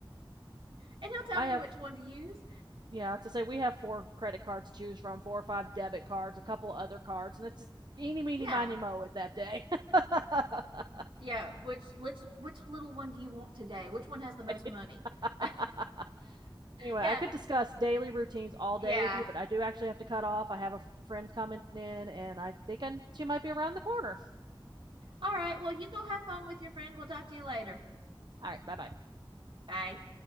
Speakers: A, on the right; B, on the right.
A: And he'll
B: <laughs>
A: tell
B: I
A: me
B: have,
A: which one to use.
B: yeah, to say, we have four credit cards to choose from, four or five debit cards, a couple of other cards, and it's just eeny, meeny,
A: Yeah.
B: miny, mo at that day. <laughs>
A: Yeah, which let's which little one do you want today? Which one has the most
B: Right?
A: money? <laughs>
B: <laughs> Anyway,
A: Yeah.
B: I could discuss daily routines all
A: Yeah.
B: day with you, but I do actually have to cut off. I have a friend coming in, and I think I, she might be around the corner.
A: All right. Well, you go have fun with your friend. We'll talk to you later.
B: All right, bye bye.
A: Bye.